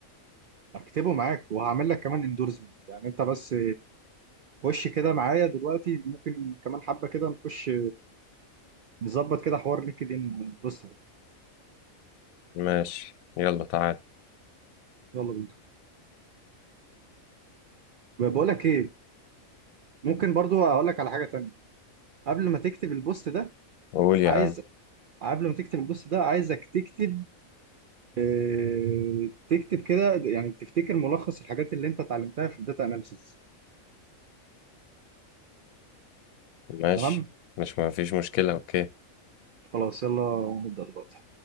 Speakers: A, on the right; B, on the left.
A: اكتبه معاك وهعمل لك كمان اندورسمنت يعني انت بس خش كده معايا دلوقتي ممكن كمان حبه كده نخش نظبط كده حوار لينكد ان بص ده
B: ماشي يلا تعال
A: يلا بينا بقول لك ايه ممكن برضو اقول لك على حاجه تانية قبل ما تكتب البوست ده
B: قول يا
A: عايز
B: عم
A: قبل ما تكتب البوست ده عايزك تكتب آه، تكتب كده يعني تفتكر ملخص الحاجات اللي انت اتعلمتها في الداتا اناليسيس
B: ماشي
A: تمام
B: مش ما فيش مشكله اوكي
A: خلاص يلا نبدأ دلوقتي